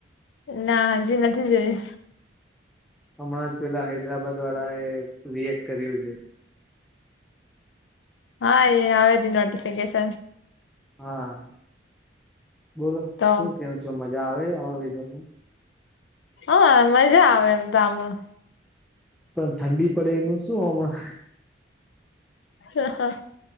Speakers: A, on the left; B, in the centre.
A: ના હજી નથી જોયું.
B: હમણાં જ પેલા હૈદરાબાદ વાળા એ રિએક્ટ કર્યું છે.
A: હા એ આવેલી નોટિફિકેશન.
B: હા બોલો
A: તો
B: શું કેવ છો. મજા આવે આવા વેધરમાં?
A: હા મજા આવે એમ તો આમાં.
B: તો ઠંડી પડે એનું શું અમના.
A: હહ હહ